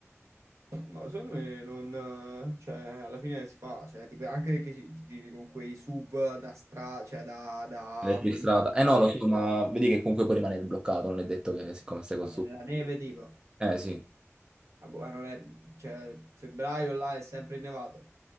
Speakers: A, on the right; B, on the right.
A: No, secondo me non, cioè, alla fine si fa, cioè, tipo, anche che ci, ci giri con quei sub da stra, cioè, da, da
B: Nella
A: fuori
B: strada. Eh
A: strada,
B: no, lo so, ma vedi che comunque puoi rimanere bloccato, non è detto che siccome stai col
A: vabbè,
B: sud.
A: nella neve, tipo,
B: Eh sì,
A: ah, boh, ma non è, cioè, febbraio là è sempre innevato.